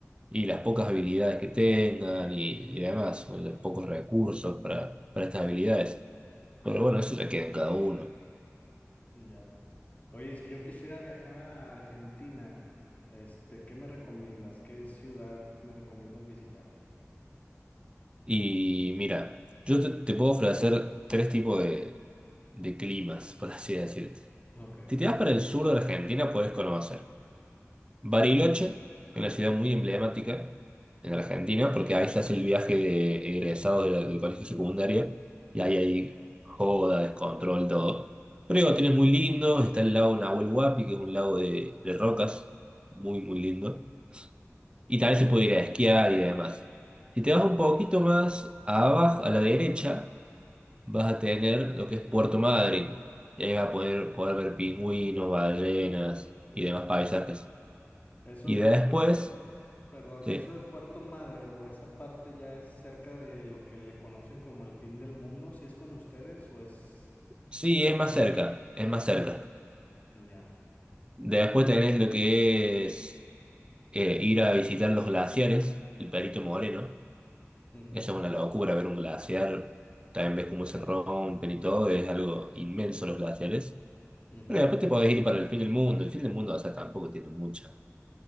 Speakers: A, on the right; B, on the left.
A: Y las pocas habilidades que tengan y, y demás, o los pocos recursos para, para estas habilidades. Pero bueno,
B: ujú.
A: eso ya queda en cada uno.
B: Ya. Oye, si yo quisiera viajar a Argentina, este, ¿qué me recomiendas? ¿Qué ciudad me recomiendas visitar?
A: Y mira, yo te, te puedo ofrecer tres tipos de, de climas, por así decirte.
B: Ok.
A: Si te vas para el sur de Argentina, puedes conocer Bariloche, una ciudad muy emblemática en Argentina, porque ahí se hace el viaje de egresados de la- del colegio secundario, y ahí hay joda, descontrol, todo. Pero digo, tienes muy lindo, está el lago Nahuel Huapi, que es un lago de, de rocas, muy, muy lindo. Y también se puede
B: Ujú.
A: ir a esquiar y demás. Si te vas un poquito más abajo, a la derecha, vas a tener lo que es Puerto Madryn. Y ahí vas a poder, poder ver pingüinos, ballenas y demás paisajes.
B: Eso
A: Y
B: de
A: después,
B: Puerto, M- perdón,
A: sí,
B: eso de Puerto Madre o esa parte ya es cerca de lo que le conocen como el fin del mundo, si es con ustedes o es,
A: sí,
B: sí, ¿no?
A: es más cerca, es más cerca.
B: Ya.
A: Después tenés lo que es eh, ir a visitar los glaciares, el Perito Moreno.
B: Mhm.
A: Eso es una locura, ver un glaciar. También ves cómo se rompen y todo, es algo inmenso los glaciares.
B: Mhm.
A: Pero después te podés ir para el fin del mundo. El fin del mundo, o sea, tampoco tiene mucha,